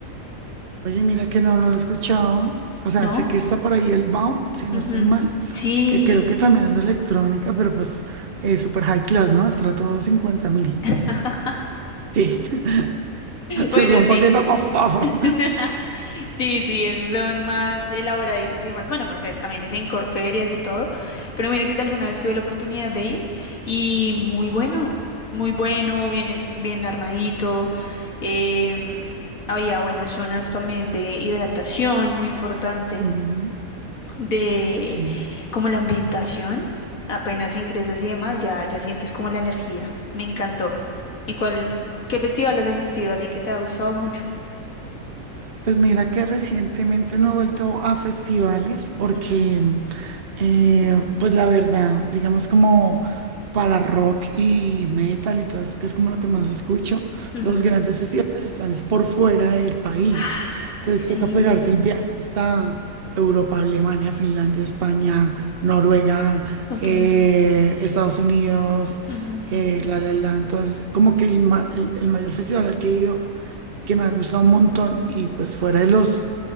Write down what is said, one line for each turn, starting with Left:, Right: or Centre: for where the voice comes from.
Right: Oye, mira que no, no lo he escuchado. O sea,
Left: ¿no?
Right: sé que está por ahí el Baum, si no
Left: Ujú.
Right: estoy mal,
Left: Sí.
Right: que creo que también es de electrónica, pero pues eh, super high class, ¿no? Estrato cincuenta mil.
Left: <laughs>
Right: Sí, <laughs> Se
Left: Bueno,
Right: es un
Left: sí.
Right: poquito costoso.
Left: <laughs> Sí, sí, esos son más elaboraditos y demás. Bueno, porque también es en Corferias y todo. Pero mira que alguna vez tuve la oportunidad de ir y muy bueno, muy bueno, bien, es- bien armadito. em, había buenas zonas también de hidratación, muy importante,
Right: Ujú,
Left: de
Right: Sí.
Left: como la ambientación. Apenas ingresas y demás, ya, ya sientes como la energía. Me encantó. ¿Y cuál, qué festival has asistido así que te ha gustado mucho?
Right: Pues mira que recientemente no he vuelto a festivales porque,
Left: Ujú,
Right: mm, eh, pues la verdad, digamos como para rock y metal y todo eso, que es como lo que más escucho,
Left: ujú.
Right: los grandes festivales están es por fuera del país.
Left: Ah,
Right: Entonces
Left: sí,
Right: toca pegarse el viaje hasta Europa, Alemania, Finlandia, España, Noruega,
Left: ok.
Right: eh, Estados Unidos,
Left: ujú,
Right: eh, la, la, la. Entonces como que el, ma- el el mayor festival al que he ido que me ha gustado un montón y pues fuera de los,